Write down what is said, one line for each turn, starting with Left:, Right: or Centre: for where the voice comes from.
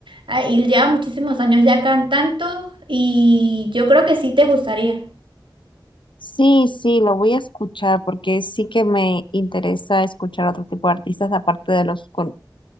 Right: ah, y lleva muchísimos años ya cantando y yo creo que sí te gustaría.
Left: Sí, sí, lo voy a escuchar porque sí que me interesa escuchar otro tipo de artistas aparte de los, con-